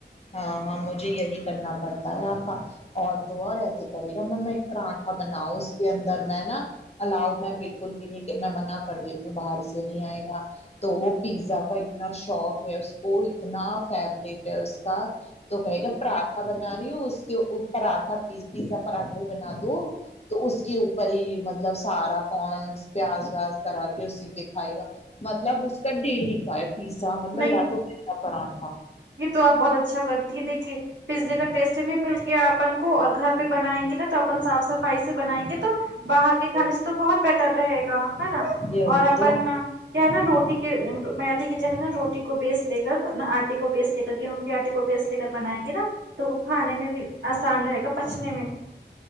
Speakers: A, on the left; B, on the right.
A: ہاں ہاں مجھے یہی کرنا پڑتا ہے آپا اور تو اور ایسے کرے گا میں میں پراٹھا بناؤ اس کے اندر میں نا الاؤ میں بالکل بھی نہیں میں منع کر دیت کی باہر سے نہیں آئے گا تو وہ پیزا کا اتنا شوق ہے اس کو اتنا فیورٹ ہے اس کا تو کہے گا پراٹھا بنا رہی ہ ہو اس کے اپر اٹا پیس کے سب پراٹھا ہی بنا دو ں تو اس کے اوپر پری مطلب سارا کا ر ن پیاز ویاز کرا کے اسی پہ کھائے گا مطلب اس کا ڈیلی کا ہے پیزا مطلب
B: نہیں
A: یا تو پیلا پراٹھا
B: یہ تو آپ بہت اچھا کرتی ہیں دیکھیے پیزے کا ٹیسٹ بھی مل گیا اپن کو اور گھر پہ بنائیں گے نا تو اپن صاف صفائی سے بنائیں گے تو باہر کے کھانے سے تو بہت بیٹر رہے گا ہے نا
A: یہی
B: اور اپن
A: تو
B: کیا ہے نا روٹی کے میدے کی جگہ نا روٹی کو بیس لے کر پھر نا آٹے کو کو بیس ل کر گیہوں کے آٹے کو بیس لے کر بنا ئیں گے نا تو وہ کھانے میں بھی آسان رہے گا پچنے میں بھی